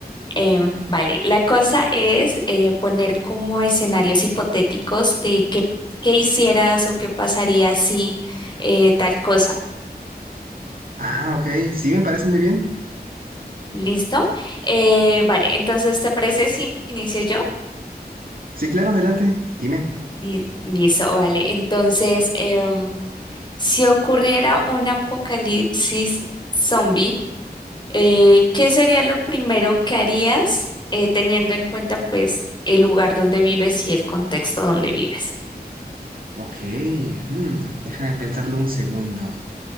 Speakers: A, on the left; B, on the right.
A: Em, vale, la cosa es eh, poner como escenarios hipotéticos de qué, qué hicieras o qué pasaría si eh, tal cosa.
B: Ah, ok. Sí, me parece muy bien.
A: ¿Listo? Eh, vale, entonces, ¿te parece si inicio yo?
B: Sí, claro, adelante. Dime.
A: Li- Listo, vale. Entonces, em, si ocurriera un apocalipsis zombie, Eh, ¿qué sería lo primero que harías eh, teniendo en cuenta pues el lugar donde vives y el contexto donde vives?
B: Ok. hmm, déjame pensarlo un segundo.